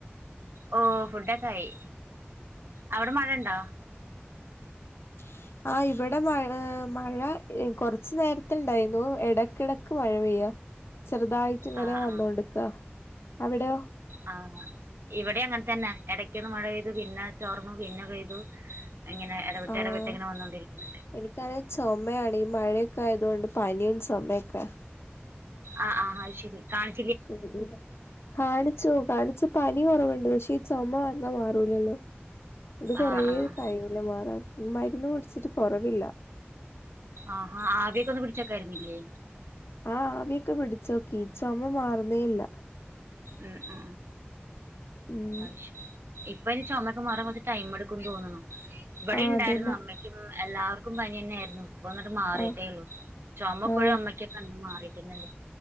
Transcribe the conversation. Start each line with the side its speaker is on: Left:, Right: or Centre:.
Right: ഓ ഫുഡൊക്കായി അവിടെ മഴിണ്ടാ?
Left: <inaudible> ആ ഇവിടെ മഴ ഏ മഴ കൊറച്ചു നേരത്ത ഇണ്ടായിന്നു. ഇടക്കിടക്ക് മഴ പെയ്യാ. ചെറുതായിട്ട് ഇങ്ങനെ
Right: ആ
Left: വന്നോണ്ട്ക്കാ
Right: ആ
Left: അവിടെയോ?
Right: ആഹ് ഇവിടേം അങ്ങനെ തന്നെ. ഇടയ്ക്കൊന്ന് മഴ പെയ്തു പിന്നെ ചോർന്നു. പിന്നെ പെയ്തു അങ്ങനെ എടവിട്ട്
Left: ആഹ്
Right: എടവിട്ടിങ്ങനെ വന്നോണ്ടിരിക്ക്‌ണ് ണ്ട്.
Left: എനിക്കാണെ <unintelligible> ഈ മഴയൊക്കെ ആയത്കൊണ്ട് പനിയും ചൊമയൊക്കെ.
Right: ആ ആ അഹ് ശരി കാണി
Left: <unintelligible> <unintelligible> കാണിച്ചു പനി കുറവുണ്ട് പക്ഷേ ഈ ചുമ വന്നാ മാറൂലല്ലോ ഇത് കൊറെ
Right: ആഹ് ആഹ്
Left: കയിയൂലെ മറാൻ മരുന്ന് കുടിച്ചിട്ട് കൊറവില്ല
Right: ആഹാ ആവിയോക്കെ പിടിച്ച്നോക്കായിരുന്നില്ലേ
Left: ആ ആവിയൊക്കെ പിടിച്ചോക്കി ചുമ മാറുന്നേല്ല
Right: ഉം അ
Left: ഉം
Right: ആയിശു ഇപ്പ അയ്‌ന് ചുമക്കെ മാറാൻ കോർച്ചെ ടൈം എടുക്കും. തോന്ന്ണ് ഇവിടെ
Left: ആ
Right: ഉണ്ടായിരുന്നു
Left: അതന്നെ
Right: അമ്മയ്ക്കും എല്ലാവർക്കും പനി തന്നെ ആയിരുന്നു ഒന്നിട്ട് മാറിയിട്ടേള്ളു
Left: ആ
Right: ചുമപ്പോഴും
Left: ആ
Right: അമ്മയ്ക്കൊക്ക ഇണ്ട് മാറിട്ടെന്നല്ല